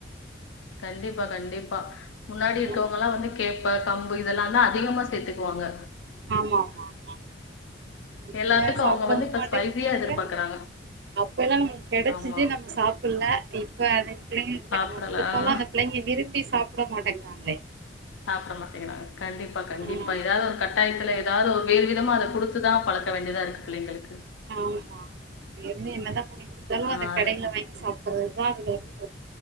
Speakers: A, on the left; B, on the right.
A: கண்டிப்பா கண்டிப்பா முன்னாடி இருக்கவங்கல்லா
B: ம்
A: வந்து கேப்ப கம்பு இதெல்லாதா அதிகமா சேத்துக்குவாங்க
B: ஆமா ஆமா ஆ இப்ப
A: எல்லாத்துக்கும்
B: சாப்டவு
A: அவங்க வந்து இப்ப
B: மாட்டேங்கிறாங்க
A: ஸ்பைசியா எதிர்பார்க்கறாங்க
B: அப்ப எல்லா நம்மளுக்கு கெடைச்சிச்சி
A: ஆமா
B: நம்ம சாப்ட்ல்ல இப்ப அது பிள்ளைங்களுக்கு
A: சாப்பிடல
B: நம்ம குடுத் அதெல்லா
A: ஆ,
B: அந்த பிள்ளைங்க விரும்பி சாப்ட மாட்டேங்கிறாங் களே
A: சாப்ட மாட்டேங்கிறாங்க கண்டிப்பா கண்டிப்பா
B: ம்
A: ஏதாவது ஒரு கட்டாயத்துல ஏதாவது ஒரு வேறு விதமா அத குடுத்துதா பழக்க வேண்டியதா இருக்கு பிள்ளைங்களுக்கு
B: ஆமா இப்டி இருந்தா என்னதா வாங்கி குடுத்தாலு
A: ஆ
B: அந்த
A: அது
B: கடையில வாங்கி சாப்ட்றது அதா அவுங்களுக்கு